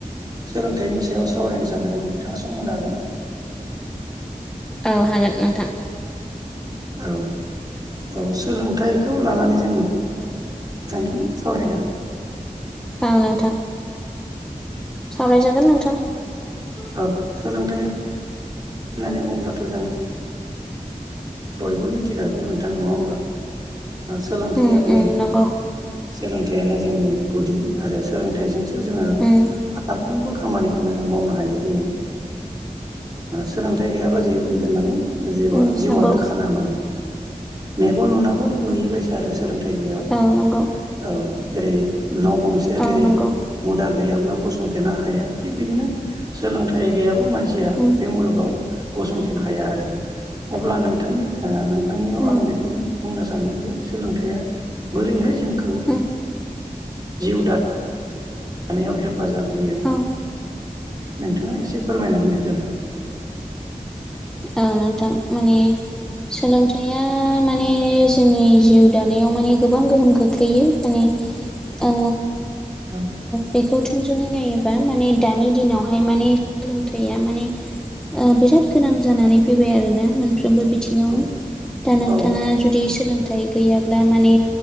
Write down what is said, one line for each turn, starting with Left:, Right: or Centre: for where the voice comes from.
Right: सोलोंथाइनि सायाव सावरायनो सानदोंमोन नोंथाङा सम मोननो हागोनना
Centre: औ हागोन नोंथां
Right: औ-औ सोलोंथाइखौ लानानै जों सानदों <unintelligible>
Centre: ओ नोंथां सावराय जागोन नोंथां
Right: औ सोलोंथाइ होननानै बुङोब्लाथ' जों बयबो मिथिखागौ नोंथां नङा होमबा सोलोंथाया
Centre: उम
Right: <unintelligible>
Centre: उम नंगौ
Right: सोलोंथायानो जोंनि गुदि आरो सोलोंथाइजोंसो जोङो
Centre: उम
Right: फारफ्रोमबो खामानिखौ जों मावनो हायो बिदिनो सोलोंथाइ गैयाबा जे माने जे जिउआ
Centre: उम
Right: जिउआनो
Centre: नंगौ
Right: खाना मानोे मेगन नुनाबो नुयैबायसा आरो सोलोंथाइ गैयाबा
Centre: औ नंगौ
Right: औ जेरै न' गंसेया
Centre: औ
Right: जेरै
Centre: नंगौ
Right: मुदा गैयाब्ला गसंथेनो हाया थिग बिदिनो सोलोंथाइ गैयाबो मानसिया
Centre: उम
Right: बे मुलुगाव गसंथिनो हाया आरो अब्ला नोंथांनि नोंथांनियाव
Centre: उम
Right: आं बेखौनो बुंनो सानदों जे सोलोंथाया बोरैहाय जोंखौ
Centre: उम
Right: जिउ <unintelligible> थानायाव हेफाजाब होयो
Centre: औ
Right: नोंथाङा एसे फोरमायनानै होदोलाय
Centre: औ नोंथां माने सोलोंथाया माने जोंनि जिउ दानायाव माने गोबां गोहोम खोख्लैयो माने आ
Right: औ
Centre: बे गाव थोंजोङै नायोबा माने दानि दिनावहाय माने सोलोंथाया माने बिराद गोनां जानानै फैबाय आरोना मोन बिथिङावनो
Right: औ
Centre: दा नोंथाङा
Right: औ
Centre: जुदि सोलों थाइ गैयाब्ला माने